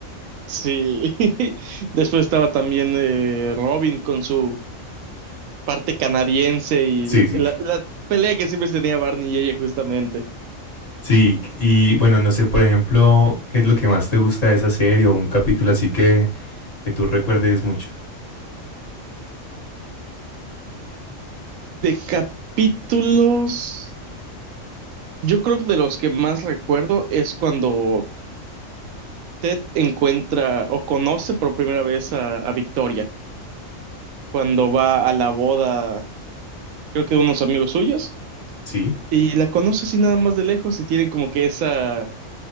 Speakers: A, on the right; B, on the left.
A: Sí. <laughs> Después estaba también eh, Robin con su parte canadiense y
B: Sí, sí.
A: la, la pelea que siempre tenía Barney y ella justamente.
B: Sí, y bueno, no sé, por ejemplo, ¿qué es lo que más te gusta de esa serie o un capítulo así que, que tú recuerdes mucho?
A: De capítulos, yo creo que de los que más recuerdo es cuando usted encuentra o conoce por primera vez a, a Victoria cuando va a la boda, creo que de unos amigos suyos,
B: Sí.
A: y la conoce así nada más de lejos y tienen como que esa